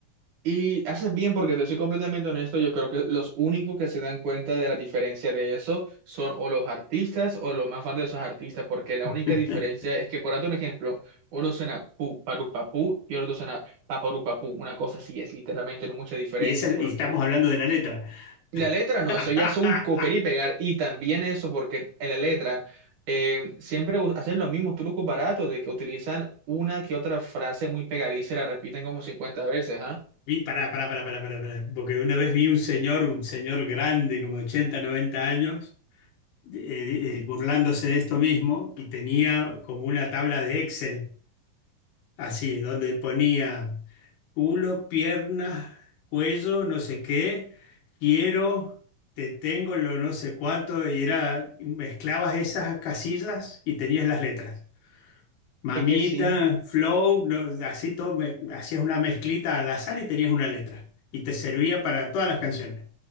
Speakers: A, on the right (about 70°); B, on the left (about 75°).
A: Y haces bien porque te soy completamente honesto, yo creo que los únicos que se dan cuenta de la diferencia de eso son o los artistas o los más fans de esos artistas, porque la
B: <laughs>
A: única diferencia es que, por darte un ejemplo, uno suena pu, paru, papú y el otro suena paparu, papú, una cosa así es, literalmente no mucha diferencia,
B: Y, esa, y
A: porque
B: estamos hablando de la letra.
A: la letra no,
B: <laughs>
A: eso ya es un copiar y pegar, y también eso porque en la letra eh, siempre u- hacen los mismos trucos baratos de que utilizan una que otra frase muy pegadiza y la repiten como 50 veces, ¿ah?
B: Vi, pará, pará, pará, pará, pará, pará, porque una vez vi un señor, un señor grande, como de 80, 90 años, eh, eh, burlándose de esto mismo y tenía como una tabla de Excel, así, donde ponía culo, piernas, cuello, no sé qué, quiero, te tengo, lo no sé cuánto, y era, mezclabas esas casillas y tenías las letras. Mamita,
A: Es que sí.
B: Flow, no, así todo, me- hacías una mezclita al azar y tenías una letra. Y te servía para todas las canciones.